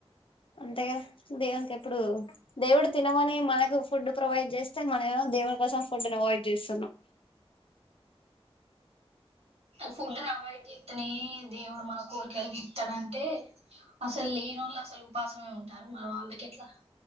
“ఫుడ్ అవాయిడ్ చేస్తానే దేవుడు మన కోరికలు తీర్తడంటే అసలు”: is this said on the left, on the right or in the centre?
Right